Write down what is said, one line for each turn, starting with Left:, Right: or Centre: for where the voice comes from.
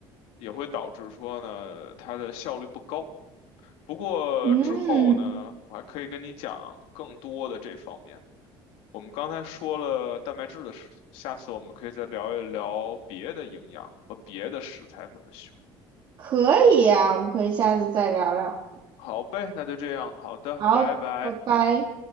Left: 也会导致说呢它的效率不高。不过之后呢，
Right: 嗯，
Left: 我还可以跟你讲更多的这方面。我们刚才说了蛋白质的事情，下次我们可以再聊一聊别的营养和别的食材怎么选。
Right: 可以啊，我们可以下次再聊聊。
Left: 好呗，那就这样，好的，
Right: 好，
Left: 拜拜。
Right: 拜拜。